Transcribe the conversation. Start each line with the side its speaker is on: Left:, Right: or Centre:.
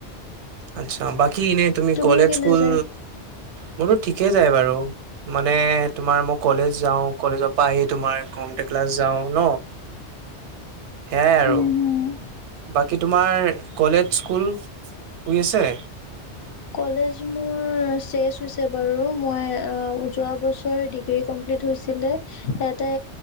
Right: আচ্ছা বাকি ইনেই তুমি
Left: তোমাৰ
Right: কলেজ
Left: কেনে
Right: স্কুল।
Left: যায়
Right: মোৰতো ঠিকে যায় বাৰু মানে তোমাৰ মই কলেজ যাওঁ কলেজৰ পৰা আহি তোমাৰ। কমতে ক্লাছ যাওঁ ন সেইয়াই আৰু
Left: উম হম
Right: বাকী তোমাৰ কলেজ স্কুল শই আছে।
Left: কলেজ স্কুল শেষ হৈছে বাৰো মই অঁ যোৱা বছৰে ডিগ্ৰী কম। কমপ্লিত হৈছিলে ইয়াতে